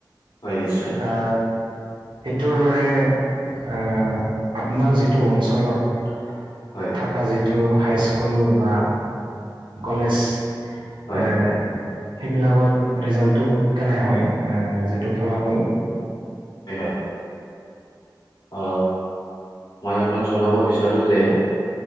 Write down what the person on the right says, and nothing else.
আ সেইটোৰ দৰে আ আপোনাৰ যিটো অঞ্চলত
থাকা যিটো হাইস্কুল বা কলেজ
এ সেইবিলাকত ৰিজাল্টো কেনে হয় এ যিটো ফলাফল